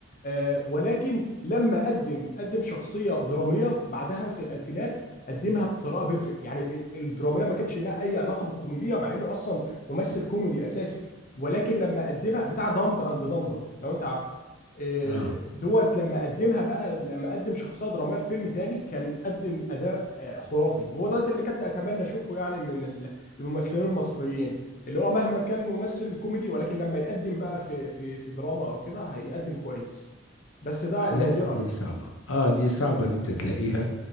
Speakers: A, on the left (about 40°); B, on the left (about 80°).
A: آه، ولكن لما قدم قدم شخصيه دراميه بعدها في الالفينات قدمها بطريقه بيرفكت يعني الدراميه ما كانش لها اي علاقه بالكوميديا مع انه اصلا ممثل كوميدي اساسي ولكن لما اقدمها بتاع دمب اند دمبر لو انت عارفه إيه،
B: اه
A: دوت لما قدمها بقى لما قدم شخصيه دراميه في فيلم تاني كان قدم اداء آه، خرافي هو ده اللي كنت اتمنى اشوفه يعني من ال- الممثلين المصريين اللي هو مهما كان ممثل كوميدي ولكن لما يقدم بقى في في في دراما او كده هيقدم كويس بس ده نادرا
B: لا دي
A: يعني
B: صعبة اه دي صعبة ان انت تلاقيها